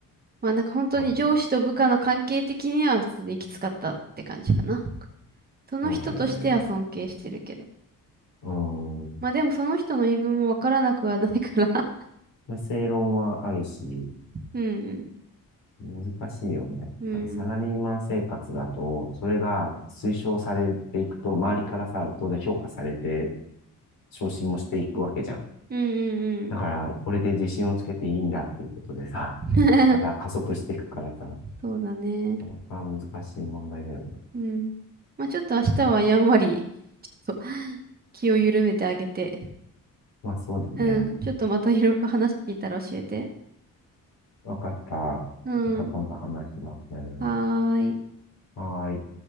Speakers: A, on the right; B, on the left.
A: まあなんか本当に上司と部下の関係的には普通にきつかったって感じかな。
B: まあ、
A: その人としては尊敬してるけど。
B: そうだよね。うん。
A: まあでもその人の言い分もわからなくはないから。
B: まあ正論はあるし、
A: <laughs> うん
B: 難しいよね。
A: うん。うん。
B: あのサラリーマン生活だと、それが推奨されていくと、周りからさ、当然評価されて、昇進もしていくわけじゃん。
A: うんうん
B: だから、これで自信をつけていいんだっていうことでさ、
A: うん。
B: また加速していくからさ、
A: <laughs> そうだね。
B: なかなか難しい問題だよね。
A: うん。まあちょっと明日はやんわり。そう <laughs> 気を緩めてあげて。
B: まあそうだね。
A: うん。ちょっとまたいろいろ話聞いたら教えて。
B: わかった。
A: うん。
B: また今度話します。
A: はーい。
B: はーい。